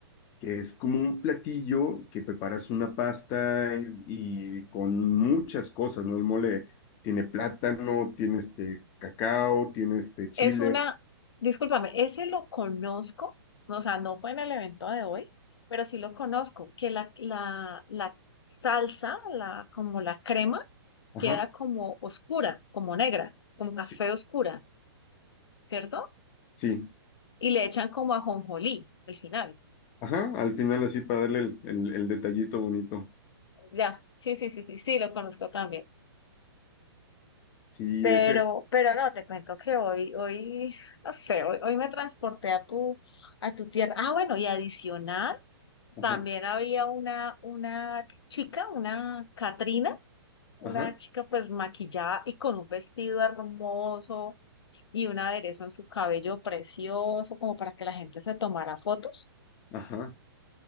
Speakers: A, on the left (about 15°); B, on the left (about 80°).
A: que es como un platillo que preparas una pasta y con muchas cosas, ¿no? El mole tiene plátano, tiene este cacao, tiene este chile.
B: Es una, discúlpame, ese lo conozco, o sea, no fue en el evento de hoy, pero sí lo conozco, que la, la, la salsa, la, como la crema,
A: Ajá,
B: queda como oscura, como negra, como café
A: sí,
B: oscura. ¿cierto?
A: sí,
B: Y le echan como ajonjolí al final.
A: ajá, al final así para darle el, el, el detallito bonito.
B: Ya, sí, sí, sí, sí, sí, lo conozco también.
A: Sí,
B: Pero,
A: ese,
B: pero no, te cuento que hoy, hoy, no sé, hoy, hoy me transporté a tu, a tu tierra. Ah, bueno, y adicional,
A: ajá,
B: también había una, una chica, una Catrina, una
A: ajá,
B: chica pues maquillada y con un vestido hermoso y un aderezo en su cabello precioso, como para que la gente se tomara fotos.
A: ajá,